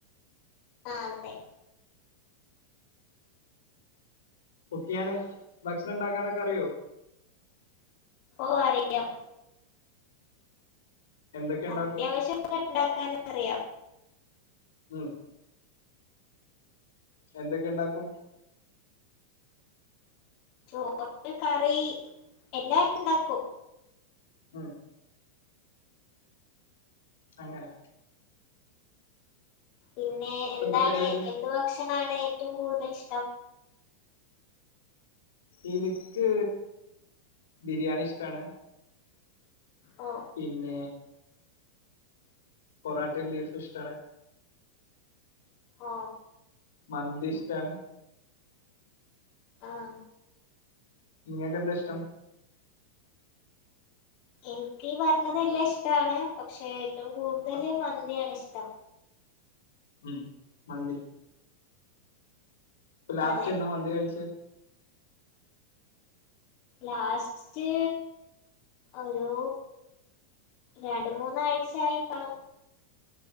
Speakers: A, on the left (about 40°); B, on the left (about 60°).
A: ആല്ലെ
B: കുക്ക് ചെയ്യാന ഭക്ഷണം ഉണ്ടാക്കാനൊക്കെ അറിയോ?
A: ഓ അറിയാം
B: എന്തൊക്കെ ഉണ്ടാക്കും
A: അത്യാവശ്യൊക്കെ ഉണ്ടാക്കാന അറിയാം
B: ഉം എന്തൊക്കെ ഉണ്ടാക്കും
A: ചോറ് കറി എല്ലാം ഉണ്ടാക്കും
B: ഉം അങ്ങനെ
A: പിന്നെ
B: ഇപ്പൊ
A: എന്താണ്
B: എന്താ പരിപാടി
A: എന്ത് ഭക്ഷണാണ് ഏറ്റവും കൂടുതൽ ഇഷ്ടം
B: എനിക്ക് ബിരിയാണി ഇഷ്ടാണ്
A: ഓ
B: പിന്നെ പൊറാട്ടേയും ബീഫും ഇഷ്ടാണ്
A: ഓ
B: മന്തി ഇഷ്ടാണ്
A: ആഹ
B: നിങ്ങൾക്ക് എന്താ ഇഷ്ടം
A: എനിക്ക് പറഞ്ഞതെല്ലാം ഇഷ്ടമാണ് പക്ഷേ ഏറ്റവും കൂടുതല്
B: ആ,
A: മന്തിയാണ് ഇഷ് ത്ത
B: ഉം മന്ദി ഇ ലാസ്റ്റ്
A: അതെ
B: എന്താ മന്തി കഴിച്ച
A: ലാസ്റ്റ് ഒരു രണ്ട മൂന്നാഴ്ച ആയിരിക്കണം